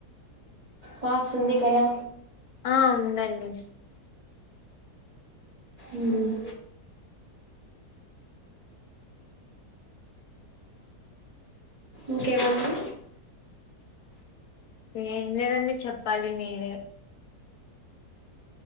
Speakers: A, on the right; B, on the left.
A: పాస్ ఉంది కదా
B: ఆ ఉందండి
A: ఉమ్ ఇంకేమండి
B: ఏం లేదండి చెప్పాలి మీరే